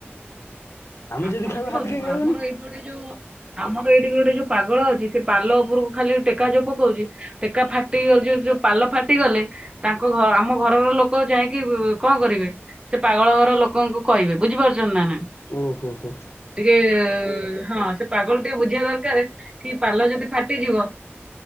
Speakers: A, on the left; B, on the right.
A: ଆମେ
B: ଆପଣ
A: ଯଦି ଖାଇବୁ
B: ଯୋଉ
A: ହାତୀ
B: ଦେଖ
A: କାଇ ଖାଇବନି।
B: ଆମର ଏଇଠି ଗୋଟେ ଯୋଉ ଆମର ଏଇଠିକି ଗୋଟେ ଯୋଉ ପାଗଳ ଅଛି ସେ ପାଲ ଉପରକୁ ଖାଲି ଟେକା ଯୋଉ ପକଉଛି। ଟେକା ଫାଟି ଗ ଯ ଯୋଉ ପାଲ ଫାଟିଗଲେ ତାଙ୍କ ଘ ଆମ ଘରର ଲୋକ ଯାଇକି-ଇ-ଇ କଣ କରିବେ। ସେ ପାଗଳ ଘର ଲୋକଙ୍କୁ କହିବେ ବୁଝିପାରୁଛନ୍ତି ନା ନାଇ।
A: ଓ ହୋ ହୋ।
B: ଟିକେ-ଏ-ଏ-ଏ ହଁ ସେ ପାଗଲ ଟିକେ ବୁଝିବା ଦରକାରେ କି ପାଲ ଯଦି ଫାଟିଯିବ